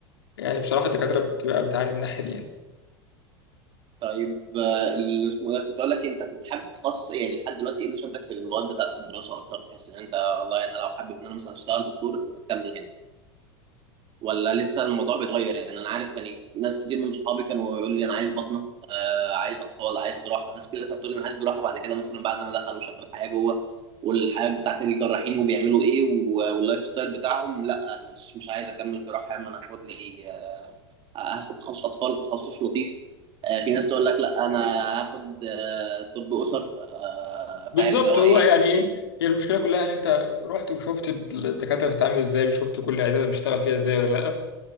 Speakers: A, on the left; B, on the right.
A: يعني بصراحه الدكاتره بتبقى بتعاني من الناحيه دي يعني
B: طيب آه، اللي اسمه ده كنت اقول لك إيه، انت كنت حابب تتخصص ايه يعني لحد دلوقتي ايه اللي شدك في المواد بتاعت الدراسه اكتر تحس ان انت والله انا لو حابب ان انا مثلا اشتغل دكتور اكمل هنا ولا لسه الموضوع بيتغير يعني انا عارف يعني ناس كتير من صحابي كانوا يقول لي انا عايز بطنه آه عايز اطفال عايز جراحه ناس كده كانت تقول لي انا عايز جراحه بعد كده مثلا بعد ما دخلوا شافوا الحياه جوه والحياه بتاعت الجراحين وبيعملوا ايه و- واللايف ستايل بتاعهم لا انا مش مش عايز اكمل جراحه يا عم انا هاخد لي هاخد تخصص اطفال تخصص لطيف آه، في ناس تقول لك لا انا هاخد آه، طب اسر آه،
A: بالظبط
B: فاهم اللي هو
A: هو
B: ايه
A: يعني ايه هي المشكله كلها ان انت رحت وشفت الدكاتره بتتعامل ازاي وشفت كل عياده بيشتغل فيها ازاي ولا لا